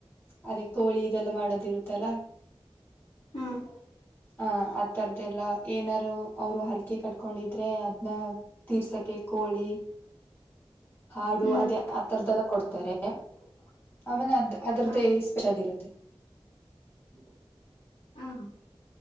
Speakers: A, on the left; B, on the left.
A: ಅದೇ ಕೋಳಿ ಇದೆಲ್ಲ ಮಾಡೋದು ಇರುತ್ತಲ್ಲ
B: ಹ್ಮ್
A: ಹ ಆಥರದ್ದಲ್ಲ ಏನಾರು ಅವರು ಆರ್. ಅರಿಕೆ ಕಟ್ಕೊಂಡಿದ್ರೆ ಅದ್ನ ತೀರ್ಸಕ ಕೋಳಿ. ಹಾಡು
B: ಹ್ಮ್
A: ಅದೇ ಆಥರದ್ದಲ್ಲ ಕೊಡ್ತಾರೆ ಆಮೇಲೆ ಅದ ಅದ್ರದ್ದ
B: ಹ
A: ಸ್ಪೆಷಲ್ ಇರುತ್ತೆ. ಮ.
B: ಮ್.